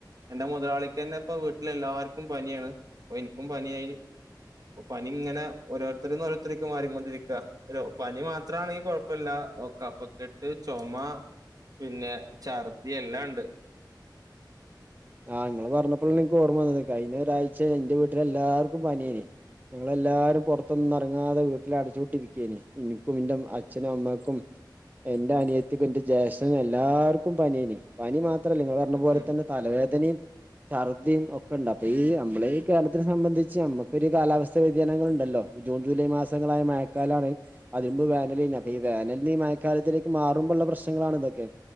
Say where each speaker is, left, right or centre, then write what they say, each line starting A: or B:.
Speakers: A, on the right; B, on the right.
A: എന്റെ മുതലാളിക്കെന്നെ ഇപ്പ വീട്ട്ലെല്ലാര്ക്കും പനിയാണ് ഇപ്പൊ ഇൻക്കും പനിയായി പ്പ പനിങ്ങനെ ഓരോര്ത്തരിന്ന് ഓരോര്ത്ത്രിക്ക് മാറിങ്ങൊണ്ടിരിക്ക പനി മാത്രാണെ കൊഴ് പ്പല്ല ഒ കഫക്കെട്ട് ചൊമ പിന്നെ ഛർദി എല്ലാണ്ട്
B: ആഹ് ഇങ്ങള് പവഞ്ഞപ്ലാണ് ഇൻക്കോർമ്മ വന്നത് കൈഞ്ഞരായ്ച ഇന്റെ വീട്ടിലെല്ലാർക്കും പനിയെയ്നി ഞങ്ങളെല്ലാരും പൊർത്തൊന്നും എർങ്ങാതെ വീട്ടിലടച്ചൂട്ടി ഇരിക്കേനി ഇനിക്കും ഇൻ്റ അച്ഛനും അമ്മാക്കും എന്റെ അനിയത്തിക്കും എന്റെ ജേഷ്ഠനും എല്ലാർക്കും പനിയേനി പനി മാത്രല്ല നിങ്ങൾ പർഞ്ഞ
A: ഉം
B: പോല
A: ഉം
B: തന്നെ തലവേദനിം ഛർദിം ഒക്കെണ്ട് അപ്പ ഈ അമ്മളീ കേര്ളത്തിനെ സംബന്ധിച്ച് അമ്മക്കൊരു കാലാവസ്ഥാ വ്യതിയാനങ്ങളിണ്ടല്ലോ ജൂൺ ജൂലൈ മാസങ്ങളായ മയക്കാലാണ് അതിനുമ്പ് വേനലേനി അപ്പൊ ഈ വേനൽന് ഈ മയക്കാലത്തിലേക്ക് മാറുമ്പള്ള പ്രശ്നങ്ങളാണ് ഇതൊക്കെ